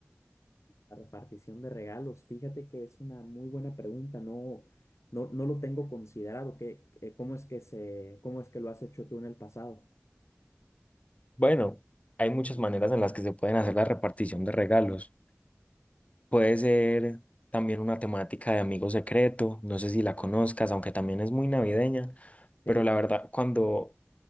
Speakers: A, on the left; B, on the left.
A: La repartición de regalos, fíjate que es una muy buena pregunta, no, no, no lo tengo considerado. ¿Qué, eh, cómo es que se, cómo es que lo has hecho tú en el pasado?
B: Bueno, hay muchas maneras en las que se pueden hacer la repartición de regalos. Puede ser también una temática de amigo secreto, no sé si la conozcas, aunque también es muy navideña,
A: Sí.
B: pero la verdad, cuando